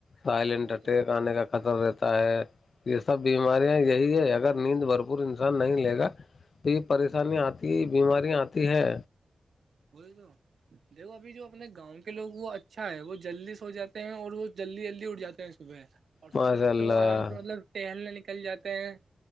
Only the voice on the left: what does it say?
سائلنٹ
اٹ
گانے کا- خطر رہتا ہے یہ سب بیماریاں یہی ہے اگر نیند بھرپور انسان نہیں لے گا تو یہ پریشانی آتی ہے بیماریاں آتی ہے
ماشاء
اللہ